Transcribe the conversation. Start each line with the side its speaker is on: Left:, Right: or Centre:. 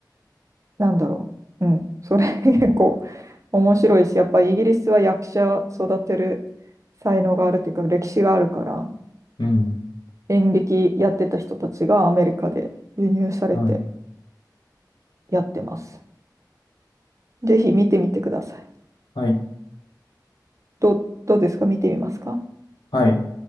Right: なんだろう。うん。それ <laughs> 結構面白いし、やっぱイギリスは役者育てる才能があるというか、歴史があるから、
Left: うん、
Right: 演劇やってた人たちがアメリカで輸入されて
Left: はい、
Right: やってます。ぜひ見てみてください。
Left: はい、
Right: どう、どうですか見てみますか
Left: はい。